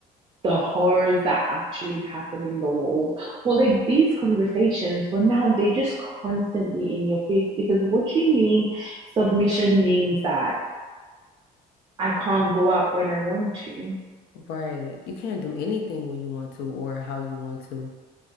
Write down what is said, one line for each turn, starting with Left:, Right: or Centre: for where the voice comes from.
Right: the horrors that actually happen in the world. Well, like these conversations, but now they're just constantly in your face because what do you mean submission means that I can't go out when I want to? It's
Left: Right. You can't do anything when you want to or how you want to.